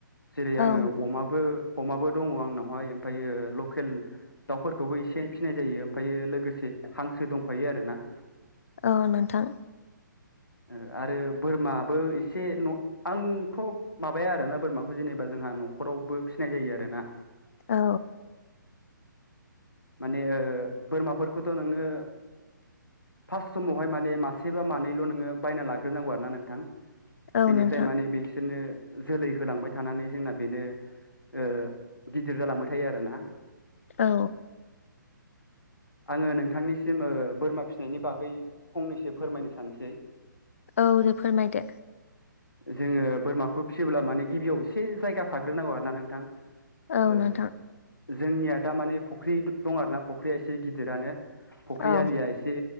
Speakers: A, on the left; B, on the left.
A: जेरै आङो
B: औ
A: अमाबो अमाबो दङ आंनावहाय ओमफायो लकेल दाउफोरखौबो एसे फिसिनाय जायो ओमफायो लोगोसे हांसो दंफायो आरोना
B: अ नोंथां।
A: ओ आरो बोरमाबो एसे न आंथ माबाया आरोना बोरमाखौ जेनेबा जों जोंहा नखरावबो फिसिनाय जायो आरो ना‌।
B: औ
A: माने ओ बोरमाफोरखौथ नोङो फार्स्ट समावहाय माने मासेबा मानैल नोङो बायना लाग्रोनांगौ आरोना नोंथां।
B: औ
A: बेनिफ्राय
B: नोंथां
A: माने बैसोनो जोलै होलांबाय थानानै जोंना बेनो ओ गिदिर जालांबाय थायो आरोना।
B: औ।
A: आङो नोंथांनिसिम ओ बोरमा फिसिनायनि बागै फंनैसो फोरमायनो सानसै
B: औ दे फोरमायदो।
A: जोङो बोरमाखौ फिसियोब्ला माने गिबियाव एसे जायगा थाग्रोनांगौ आरो ना नोंथां।
B: औ
A: ओ
B: नोंथां।
A: जोंनिया दा माने फख्रि दं आरो ना फुख्रिया एसे गिदिरानो फुख्रि
B: औ
A: आलिया एसे